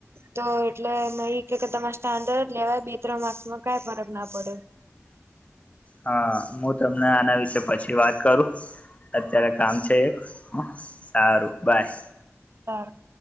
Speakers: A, on the right (about 55°); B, on the left (about 25°).
A: તો એટલે મે એઈ કે કે તમારે સ્ટાન્ડર્ડ લેવાય બે ત્રણ માર્ક્સમાં કઈ ફરક ના પડે
B: હા હું તમને આના વિશે પછી વાત કરું અત્યારે કામ છે એક સારું બાય
A: પારક